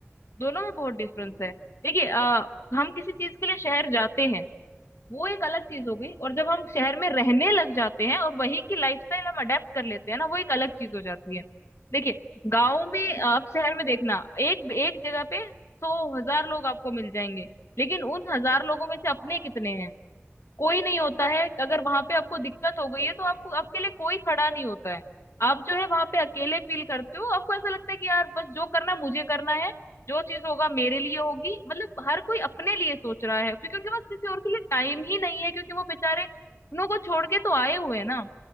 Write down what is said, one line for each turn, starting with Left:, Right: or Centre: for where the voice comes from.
Left: दोनों में बहुत डिफरेंस
Right: हम्म
Left: है देखिए अ, हम किसी चीज के लिए शहर जाते हैं वो एक अलग चीज हो
Right: हम्म
Left: गई और जब हम शहर में रहने लग जाते हैं और वहीं की लाइफस्टाइल हम अडेप्ट कर लेते हैं ना वो एक अलग चीज हो जाती है देखिए
Right: हम्म
Left: गांव में
Right: सही कहा
Left: आप शहर में देखना एक एक जगह पे सौ हजार लोग आपको मिल जाएंगे लेकिन उन हजार लोगों में से अपने
Right: हाँ
Left: कितने हैं कोई नहीं होता है अगर वहां
Right: हम्म
Left: पे आपको दिक्कत हो गई
Right: सही
Left: है
Right: कहा
Left: तो आपको आपके लिए कोई खड़ा नहीं होता है आप जो है वहां पे अकेले फील करते हो आपको ऐसा लगता है कि यार बस जो करना है, मुझे करना है जो चीज होगा मेरे लिए होगी मतलब हर कोई अपने लिए सोच रहा है क्योंकि उनके पास किसी और के लिए टाइम ही नहीं है क्योंकि वो बेचारे अपनों को छोड़ के तो आए हुए हैं ना